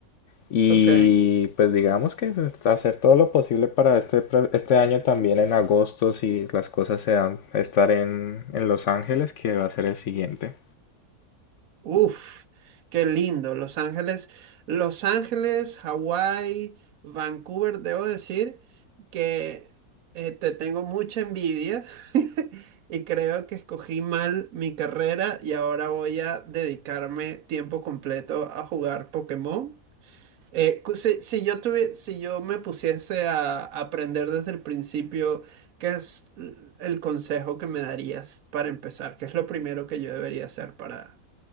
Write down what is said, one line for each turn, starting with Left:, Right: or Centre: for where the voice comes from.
Left: y
Right: Ok.
Left: pues digamos que es hacer todo lo posible para este, pro- este año también en agosto si las cosas se dan, estar en, en Los Ángeles que va a ser el siguiente.
Right: Uf, qué lindo. Los Ángeles, Los Ángeles, Hawái, Vancouver, debo decir que eh, te tengo mucha envidia <laughs> y creo que escogí mal mi carrera y ahora voy a dedicarme tiempo completo a jugar Pokémon. Eh, cu- si, si yo tuvi- si yo me pusiese a aprender desde el principio, ¿qué es l- el consejo que me darías para empezar? ¿Qué es lo primero que yo debería hacer para